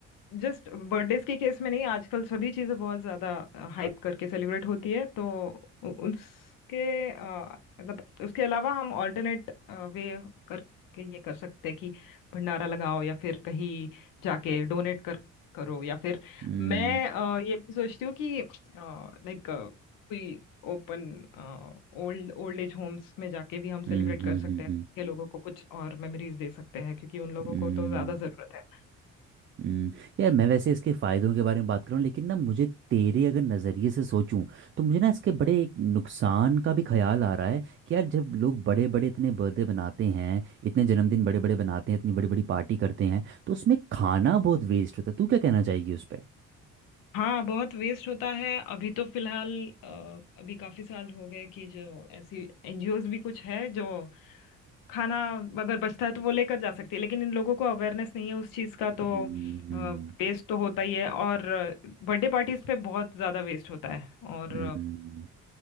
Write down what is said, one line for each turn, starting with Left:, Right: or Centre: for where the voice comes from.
Left: जस्ट बर्थडेज के केस में नहीं आजकल सभी चीज़ें बहुत ज़्यादा हाइप करके सेलिब्रेट होती है तो उ- उसके अ, मतलब उसके अलावा हम ऑल्टरनेट वे करके ये कर सकते हैं कि भंडारा लगाओ या फिर कहीं जाके डोनेट कर करो या फिर
Right: हम्म
Left: मैं अ, ये भी सोचती हूँ कि लाइक कोई open old old age homes में जाके भी हम सेलिब्रेट
Right: हम्म
Left: कर
Right: हम्म,
Left: सकते हैं के लोगों को कुछ और मेमोरीज दे सकते हैं क्योंकि उन लोगों
Right: हम्म,
Left: को तो ज्यादा जरूरत है
Right: हम्म। यार
Left: तो
Right: मैं वैसे इसके फ़ायदों के बारे में बात करूँ लेकिन ना मुझे तेरे अगर नज़रिए से सोचूं तो मुझे ना इसके बड़े एक नुकसान का भी ख्याल आ रहा है कि यार जब लोग बड़े बड़े इतने बर्थडे बनाते हैं इतने जन्मदिन बड़े बड़े बनाते हैं इतनी बड़ी बड़ी पार्टी करते हैं तो उसमें खाना बहुत वेस्ट होता है तू क्या कहना चाहेगी उस
Left: हाँ बहुत वेस्ट होता है अभी तो फिलहाल अ, अभी काफी साल हो गए कि जो ऐसी एनजीओज भी कुछ है जो खाना अगर बचता है तो वो लेकर जा सकती है लेकिन इन लोगों को अवेयरनेस नहीं है उस चीज़ का तो
Right: पर
Left: वेस्ट तो होता ही है और बर्थडे पार्टीज पे बहुत ज़्यादा वेस्ट होता है और
Right: हम्म,